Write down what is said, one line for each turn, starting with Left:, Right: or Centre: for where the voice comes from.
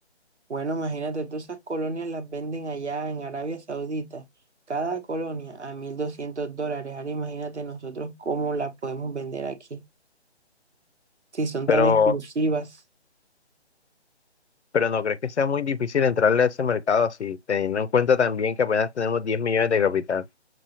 Right: Bueno, imagínate, todas esas colonias las venden allá en Arabia Saudita, cada colonia a 1.200 dólares. Ahora imagínate nosotros cómo las podemos vender aquí, si son
Left: Pero,
Right: tan exclusivas.
Left: pero ¿no crees que sea muy difícil entrarle a ese mercado así, teniendo en cuenta también que apenas tenemos 10 millones de capital?